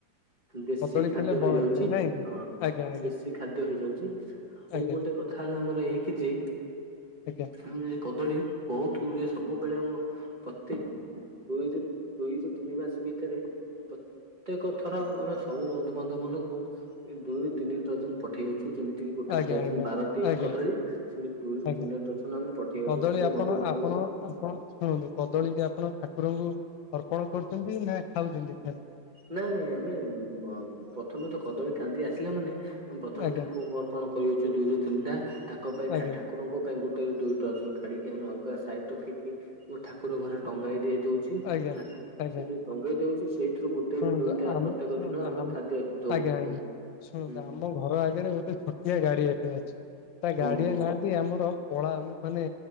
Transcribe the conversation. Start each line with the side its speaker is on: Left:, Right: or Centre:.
Right: ଦେଶୀ
Left: କଦଳୀ
Right: ଖାଦ୍ୟ
Left: ଖାଇଲେ ବଳ
Right: ହେଇଯାଉଚି।
Left: ମିଳେ ନାଇଁ କି
Right: ହଁ
Left: ଆଜ୍ଞା ଆଜ୍ଞା
Right: ଦେଶୀ ଖାଦ୍ୟ ହେଇଯାଉଚି ଆଉ
Left: ଆଜ୍ଞା
Right: ଗୋଟେ କଥା ହେଲା ଆମର ଏଇକି ଯେ
Left: ଆଜ୍ଞା।
Right: ଆମେ କଦଳୀ ବହୁତ୍ ଗୁଡ଼ିଏ ସବୁବେଳେ ଆମ ପ୍ରତେକ୍ ଦୁଇ- ଦୁଇରୁ ତିନି ମାସ ଭିତରେ ପ୍ରତ୍ୟେକ ଥର ଆମେ ସବୁ ବନ୍ଧୁବାନ୍ଧବ ମାନଙ୍କୁ ଏ ଦୁଇରୁ ତିନି ଡର୍ଜନ ପଠେଇ ଦଉଚୁ ଯେମିତି ତି ଗୋଟେ
Left: ଆଜ୍ଞା
Right: ଡର୍ଜନ ବାରଟି
Left: ଆଜ୍ଞା ଆଜ୍ଞା
Right: କଦଳୀ ସେମିତି ଦୁଇ ରୁ
Left: ଆଜ୍ଞା
Right: ତିନି ଡର୍ଜନ ଆମେ ପଠେଇ
Left: କଦଳୀ
Right: ଦଉଚୁ ସବୁ
Left: ଆପଣ
Right: ବନ୍ଧୁବାନ୍ଧବ
Left: ଆପଣ ଆପଣ ଶୁଣନ୍ତୁ କଦଳୀ କି ଆପଣ ଠାକୁରଙ୍କୁ ଅର୍ପଣ କରୁଚନ୍ତି ନା ଖାଉଚନ୍ତି ଖାଲି?
Right: ନାଇଁ ନାଇଁ ଆମେ ଅ ପ୍ରଥମେ ତ କଦଳୀ କାନ୍ଧି ଆସିଲା ମାନେ ଆମେ ପ୍ରଥମେ
Left: ଆଜ୍ଞା
Right: ଠାକୁରଙ୍କୁ ଅ ଅର୍ପଣ କରିଦଉଚୁ ଦୁଇ ରୁ ତିନିଟା ତାଙ୍କ ପାଇଁ
Left: ଆଜ୍ଞା
Right: ଠା ଠାକୁ ଠାକୁରଙ୍କ ପାଇଁ ଗୋଟେରୁ ଦୁଇ ଡର୍ଜନ କାଢିକି ଆମେ ଅଲଗା ସାଇଡ୍ ରଖିକି ମୁଁ ଠାକୁର ଘରେ ଟଙ୍ଗେଇ ଦିଏ ଦଉଚି
Left: ଆଜ୍ଞା
Right: ହେଲା
Left: ଆଜ୍ଞା
Right: ସେ ଯଉ ଟଙ୍ଗେଇ ଦଉଚି ସେଇଥିରୁ ଗୋ ଗୋଟେ
Left: ଶୁଣନ୍ତୁ
Right: ରୁ ଦୁଇଟା
Left: ଆମ
Right: ପ୍ରତ୍ୟେକ
Left: ଶୁଣନ୍ତୁ
Right: ଦିନ ଆମେ
Left: ଆମ
Right: ଖାଦ୍ୟ ଦଉ
Left: ଆଜ୍ଞା
Right: ଠାକୁରଙ୍କୁ।
Left: ଆଜ୍ଞା ଶୁଣନ୍ତୁ
Right: ହୁଁ
Left: ଆମ ଘର ଆଗରେ ଗୋଟେ ଛୋଟିଆ ଗାଡିଆଟେ ଅଛି ତା
Right: ହଁ
Left: ଗାଡିଆ ନାଁଟି ଆମର କଳା ମାନେ